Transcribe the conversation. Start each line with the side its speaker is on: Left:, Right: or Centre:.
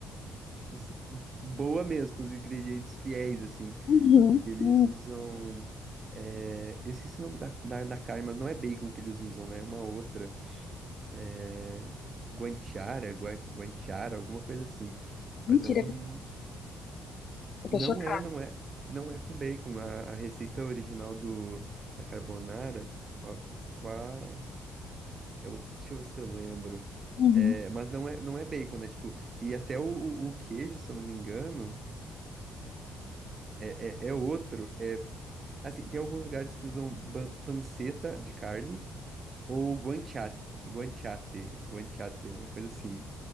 Right: Tipo, s- boa mesmo, com os ingredientes fiéis, assim.
Left: Uhum.
Right: Porque eles
Left: Uhum.
Right: usam. é, eu esqueci o nome da, da, da carne, mas não é bacon que eles usam, né? É uma outra. É, guanciara, gua- guanciara, alguma coisa assim.
Left: Mentira,
Right: Mas é um.
Left: eu
Right: Não
Left: tô chocada.
Right: é, não é. Não é com bacon. A, a receita original do, da carbonara. Ó, qual. Eu, deixa eu ver se eu lembro.
Left: Uhum.
Right: É, mas não é, não é bacon, né? Tipo, e até o, o o queijo, se eu não me engano. É, é, é outro. É, assim, tem alguns lugares que usam ban- panceta de carne ou guanciate, guanciate, guanciate, uma coisa assim.